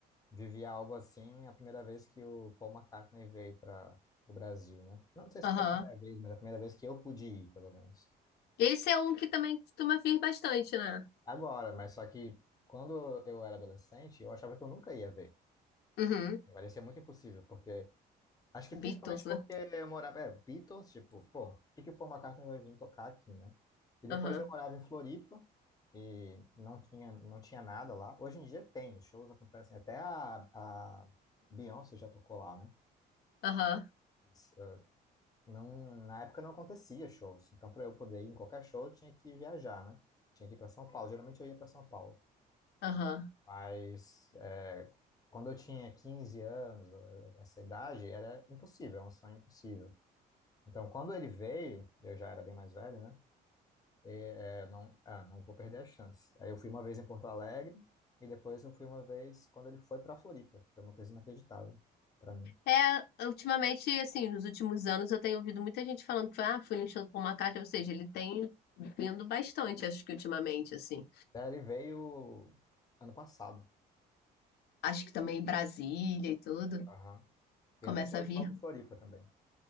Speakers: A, on the left (about 20°); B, on the left (about 75°).
A: vivi algo assim a primeira vez que o Paul McCartney veio para o Brasil, né? Não sei se
B: Aham.
A: foi a primeira vez, mas a primeira vez que eu pude ir, pelo menos.
B: Esse é um que também costuma vir bastante, né?
A: Agora, mas só que quando eu era adolescente, eu achava que eu nunca ia ver.
B: Uhum.
A: Me Parecia muito impossível, porque Acho que
B: Beatles,
A: principalmente porque
B: né?
A: eu morava, é, Beatles, tipo, pô, por que que o Paul McCartney vai vir tocar aqui, né? E depois
B: Aham,
A: eu morava em Floripa e não tinha, não tinha nada lá. Hoje em dia tem, os shows acontecem, até a, a Beyoncé já tocou lá, né?
B: aham,
A: Mas, eh, não, na época não acontecia shows, então para eu poder ir em qualquer show eu tinha que viajar, né? Tinha que ir para São Paulo, geralmente eu ia para São Paulo,
B: aham.
A: mas eh, quando eu tinha 15 anos, eh, essa idade, era impossível, era um sonho impossível. Então, quando ele veio, eu já era bem mais velho, né? E, é, não, ah, não vou perder a chance. Aí eu fui uma vez em Porto Alegre e depois eu fui uma vez quando ele foi para Floripa, que foi uma coisa inacreditável para mim.
B: É, ultimamente, assim, nos últimos anos eu tenho ouvido muita gente falando que, ah, fui no show do Paul McCartney, ou seja, ele tem vindo bastante, acho que ultimamente, assim.
A: Aí ele veio ano passado.
B: Acho que também Brasília e tudo
A: Aham. E
B: começa
A: Ele tocou
B: a vir.
A: de novo em Floripa também.